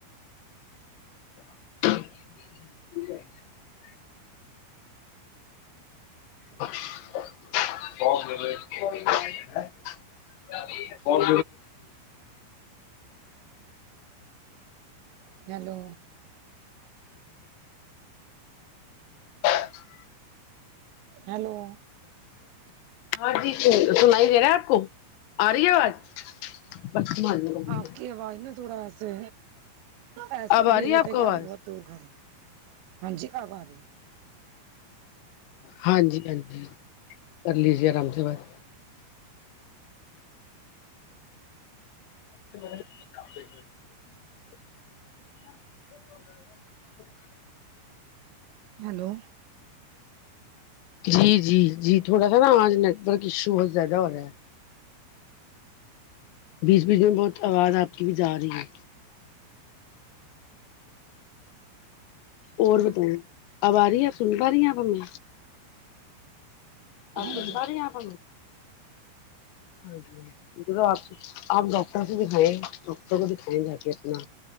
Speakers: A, on the left (about 85°); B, on the right (about 65°).
A: <inaudible>
B: <inaudible>
A: <unintelligible> کون
B: ہیلو
A: <inaudible>
B: ہیلو
A: ہاں جی سنائی دے رہا ہے آپ کو آ رہی ہے آواز <unintelligible>
B: آپ کی آواز ن تھوڑا ایسے ایسے
A: اب آ
B: بھیی
A: رہی ہے
B: ہوتے
A: آپ کو
B: کیا ہم
A: آواز
B: بہت رہ ہاں جی آب آ رہی ہے
A: ہاں جی ہاں جی کر لی جی آرام سے بات <inaudible> <inaudible> <inaudible>
B: ہیلو
A: جی جی جی تھوڑا سا نا آج نیٹ ورک ایشو بہت زیادہ ہو رہا ہے بیچ بیچ میں بہت آواز آپ کی بھی جا رہی ہے اور بتاؤ اب ارہی ہے اب سن پا رہی ہے ہمیں
B: ہاں
A: اب سن
B: جی
A: پا رہے آپ ہمے ہاں جی آپ آپ ڈاکٹر کو دکھائےیں ڈاکٹر کو دکھائیں جا کے اپنا